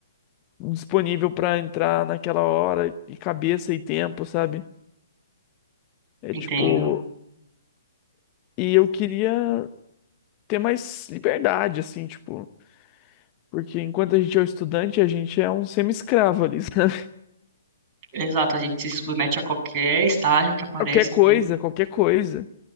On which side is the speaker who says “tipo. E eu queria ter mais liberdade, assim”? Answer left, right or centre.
Left